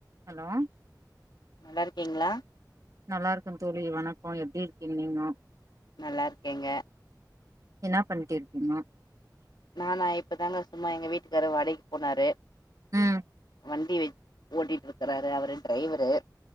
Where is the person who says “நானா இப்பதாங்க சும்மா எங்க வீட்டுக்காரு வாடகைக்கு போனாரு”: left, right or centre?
Left